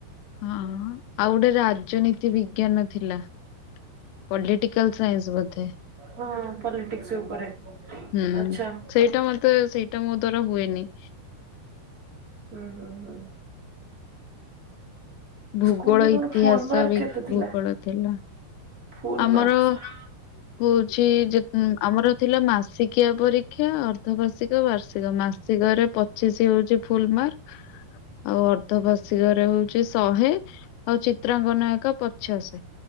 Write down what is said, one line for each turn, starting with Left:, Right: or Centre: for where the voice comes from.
Left: ହଁ ହଁ ଆଉ ଗୋଟେ ରାଜନୀତି ବିଜ୍ଞାନ ଥିଲା। ପଲିଟିକାଲ ସାଇନ୍ସ ବୋଧେ।
Right: ହଁ ପଲିଟିକ୍ସ ଉପରେ
Left: ହୁଁ
Right: ଆଛା।
Left: ସେଇଟା ମତେ ସେଇଟା ମୋ ଦ୍ଵାରା ହୁଏନି।
Right: ହୁଁ ହୁଁ ହୁଁ।
Left: ଭୂଗୋଳ
Right: ସ୍କୁଲରେ ତମର
Left: ଇତିହାସ
Right: ଫୁଲ ମାର୍କ
Left: ବି
Right: କେତେ ଥିଲା?
Left: ଭୂଗୋଳ ଥିଲା
Right: ଫୁଲ
Left: ଆମର
Right: ମାର୍କ
Left: ହଉଛି ଯେ ଆମର ଥିଲା ମାସିକିଆ ପରୀକ୍ଷା ଅର୍ଦ୍ଧବାର୍ଷିକ ବାର୍ଷିକ ମାସିକରେ ପଚିଶ ହଉଛି ଫୁଲ ମାର୍କ ଆଉ ଅର୍ଦ୍ଧବାର୍ଷିକରେ ହଉଛି ଶହେ ଆଉ ଚିତ୍ରାଙ୍କନ ଏକା ପଚାଶ।